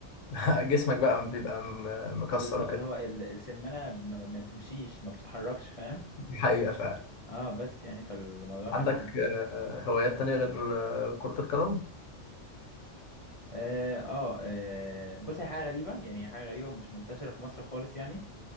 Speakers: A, on the left; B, on the left.
A: <laughs> جسمك بقى بيبقى م- مكسر
B: بالظبط
A: وكده
B: اللي هو ال- السمانه ما ما بتمشيش ما بتتحركش فاهم
A: دي حقيقة فعلا
B: اه بس يعني فالموضوع كان
A: عندك
B: غريب
A: آه، هوايات تانية غير آه، كرة القدم؟
B: اه آه، آه، بص هي حاجة غريبة يعني هي حاجة غريبة مش منتشرة في مصر خالص يعني